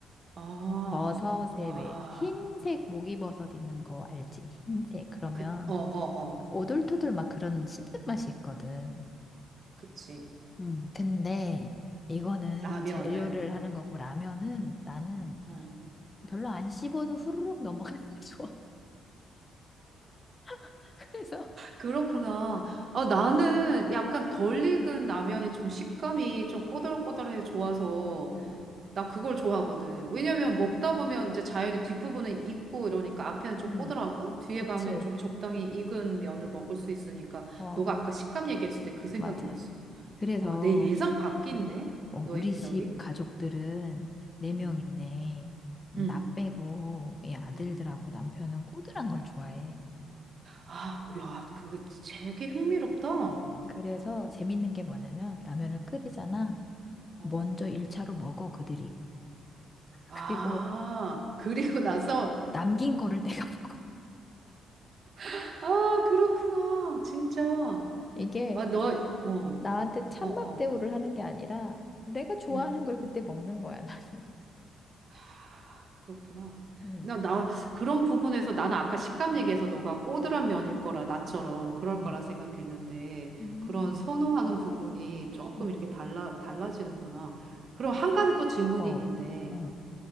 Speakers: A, on the right (about 50°); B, on the left (about 25°).
A: 아,
B: 버섯에
A: 와.
B: 왜 흰색 목이버섯 있는 거 알지? 흰색. 그러면
A: 그, 어, 어, 어.
B: 오돌토돌 막 그런 씹는 맛이 있거든.
A: 그치.
B: 음. 근데 이거는
A: 라면은.
B: 재료를 하는 거고 라면은 나는
A: 어.
B: 별로 안 씹어도 후루룩 넘어가는 게 좋아. <laughs> 그래서
A: 그렇구나. 아, 나는 약간 덜 익은 라면이 좀 식감이 좀 꼬들꼬들해서 좋아서
B: 음,
A: 나 그걸 좋아하거든. 왜냐면 먹다 보면 이제 자연히 뒷부분은 익고 이러니까 앞에는 좀
B: 음,
A: 꼬들하고 뒤에
B: 그치.
A: 가면 좀 적당히 익은 면을 먹을 수 있으니까
B: 어,
A: 너가 아까 식감 얘기했을 때 그 생각이
B: 맞아.
A: 났어.
B: 그래서
A: 와, 내 예상 밖인데?
B: 어,
A: 너의
B: 우리
A: 대답이?
B: 집 가족들은 네명인데나
A: 응, 응,
B: 빼고 이 아들들하고
A: 응.
B: 남편은 꼬들한 걸 좋아해.
A: 아, 야, 그거 되게 흥미롭다. 어,
B: 그래서 재밌는 게 뭐냐면 라면을 끓이잖아.
A: 어.
B: 먼저 1차로 먹어 그들이.
A: 아,
B: 그리고
A: 그리고 나서,
B: 남긴 거를 <laughs> 내가 먹어.
A: <laughs> 아, 그렇구나. 진짜.
B: 이게
A: 아, 너, 어,
B: 나한테 찬밥
A: 어, 어.
B: 대우를 하는 게 아니라 내가 좋아하는
A: 음.
B: 걸 그때 먹는 거야, 나는.
A: 아, 그렇구나.
B: 음.
A: 나, 나, 그런 부분에서 나는 아까 식감 얘기해서 너가 꼬들한 면일 거라, 나처럼 그럴
B: 음,
A: 거라 생각했는데,
B: 음,
A: 그런 선호하는 부분이 조금
B: 음,
A: 이렇게 달라, 달라지는구나. 그럼 한 가지 또 질문이
B: 어,
A: 있는데,
B: 어,